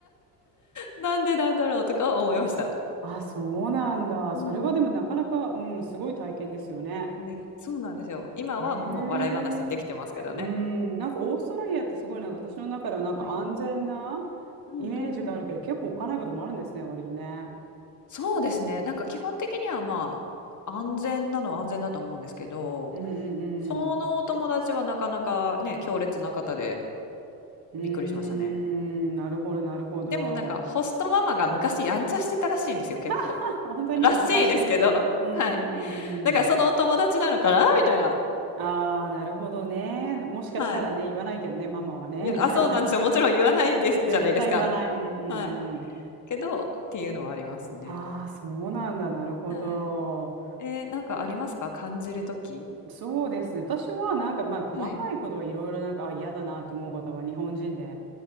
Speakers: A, on the left; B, on the right.
A: なんでなんだろうとかは思いました。
B: あ、そうなんだ。
A: うん。
B: それはでもなかなか、うん、すごい体験ですよね。
A: ね、そうなんですよ。今はもう笑い話にできてますけどね。
B: へえ。うん、なんかオーストラリアってすごいなんか私の中ではなんか安全な
A: はい。うん。うんうんうん。
B: イメージがあるけど、結構おっかないこともあるんですね、割とね。
A: そうですね。なんか基本的にはまあ安全なのは安全だと思うんですけど、
B: うんう
A: そのお友達はなかなかね、
B: んうん。
A: 強烈な方で
B: うーん、
A: びっくりしましたね。うん。
B: なるほど、なるほど。
A: でもなんかホストママが昔やんちゃしてたらしいんですよ、結構。
B: <laughs> 本当におかしい。
A: らしいですけど、
B: うんうんうんうん。
A: はい。だからそのお友達なのかなみたいな。
B: ああ、なるほどね。もしかしたらね、
A: はい。
B: 言わないけどね、ママはね、
A: いや、
B: みたいな。
A: あ、そうなんですよ。もちろん言わないです、
B: 絶対言わない。
A: じゃないですか。
B: うんうんうん。
A: はい。けど、っていうのはありますね。
B: ああ、そうなんだ。なるほど。
A: はい。えーなんかありますか感じるとき。
B: そうですね。私はなんか、まあ、細かいことはいろいろなんか、
A: はい。
B: あ、嫌だなって思うことは日本人で、い